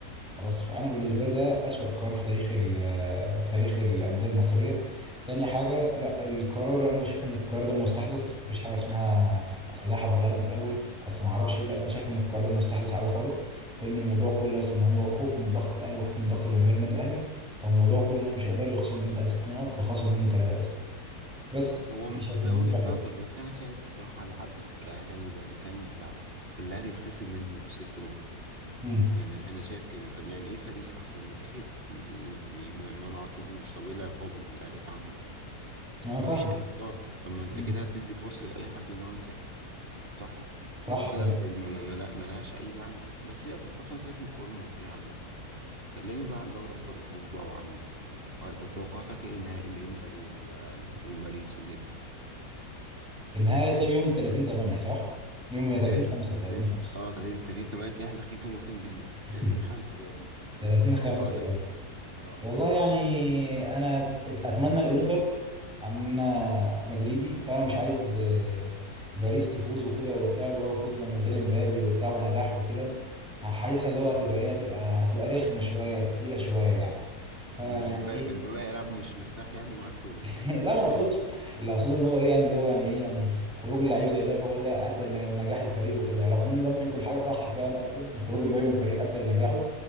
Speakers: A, in the centre; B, on the right.
A: خلاص فانا بالنسبه لي ده اسوأ قرار في تاريخ ال- في تاريخ الانديه المصريه تاني حاجه لا القرار انا بشوف ان القرار ده مستحدث مفيش حاجه اسمها اصل لائحه اتغيرت من الاول اصل ما اعرفش إيه. لا انا شايف ان القرار ده مستحدث عادي خالص وان الموضوع كله بس ان هو خوف من ضغط الاهلي وخوف من ضغط جماهير النادي الاهلي فالموضوع كله ان هم مش هيقدروا يخصموا من النادي الاهلي ست نقط فخصموا منه ثلاثه بس بس
B: هو
A: انا
B: م-
A: شايف
B: وجهة
A: ان الموضوع كده
B: نظر بس أنا شايف الصراحة العدل كأهلاوي بقى نتكلم في العدل الأهلي يتخصم منه ست نقط
A: امم
B: يعني أنا شايف كده يعني إيه فريق أصلا ينسحب ي- ي- ما ما نعاقبوش طب إيه العقاب اللي الأهلي اتعاقبه؟
A: انا
B: مفيش
A: فاهم
B: أي عقاب طب ما أنت
A: امم
B: كده هتدي فرصة لأي حد اللي هو ينسحب صح؟
A: صح
B: يبقى كده
A: طبعا
B: الم- م- م- لا- ملهاش أي معنى بس سيبك أصلا سيبك من الكورة المصرية عامة كلمني بقى عن دوري أبطال أوروبا وعن ال- توقعاتك إيه نهائي الإنتر وال... وباريس وكده
A: النهائي هيتلعب يوم 30 8 صح يوم 30
B: تق-
A: 5 30 5
B: اه 30 30 8 كده احنا داخلين في موسم جديد
A: <laughs>
B: <laughs> 30 5 تقريبا
A: 30
B: توقعاتك
A: 5
B: ايه بقى؟ اه
A: والله يعني انا أت- اتمنى الانتر عن انا مدريدي فانا مش عايز آه، باريس تفوز وكده وبتاع اللي هو فوزنا من غير امبابي وبتاع ونجاح وكده حاسسها اللي هو هتبقى ايه هتبقى هتبقى رخمه شويه تقيله شويه يعني فيعني
B: م- امبابي
A: ايه
B: امبابي هيلعب مش مرتاح يعني معاك ولا
A: <laughs>
B: ايه؟ مش
A: لا ما اقصدش
B: فاهم <laughs>
A: اللي اقصده ان هو ايه يعني اللي هو يعني ايه يعني خروج اللعيب زي ده فهو ده ادى لنجاح الفريق وكده رغم ان ده ممكن يكون حاجه صح فعلا اصلا ان خروج امبابي من الفريق ادى لنجاحه